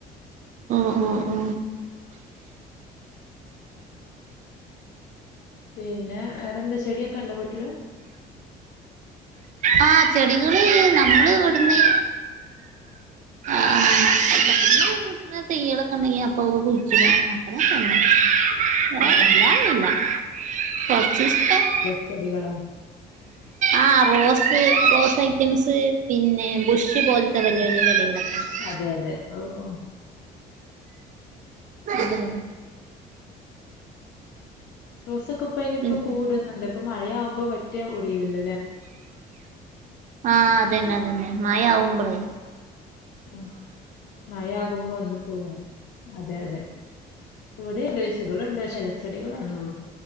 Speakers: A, on the right; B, on the left.
A: ആഹ് ആഹ്
B: പിന്നെ വേറെന്താ ചെടിയൊക്കെണ്ടോ വീട്ടില്
A: ആഹ് ചെടികള് നമ്മള് ഇവിടുന്ന് ആഹ് <unintelligible>
B: ഏഹ്
A: <unintelligible>
B: ചെടികളോ
A: ആഹ് റോസ് റോസ് ഐറ്റംസ് പിന്നെ ബുഷ <unintelligible>
B: ആ, ആ. അതെ അതെ ഓഹ് ഓഹ്
A: അതെ അതെ
B: റോസൊക്കെ ഇപ്പ അയിനി ഇപ്പ
A: ഉം
B: പൂവ്ടുന്നുണ്ട് ഇപ്പൊ മഴയാവുമ്പോ പ റ്റ ഒടിയൂല ലെ
A: ആഹ് അതന്നെ അതന്നെ മഴ ആവുമ്പോളേ
B: ഉം മഴ ആകുമ്പോ ഒന്ന് തന്ന അതെ അതെ ഇവിടെ ഉണ്ട് ചെടികള ഉണ്ട് പക്ഷേ ഇലച്ചെടികളണോള്ളൂ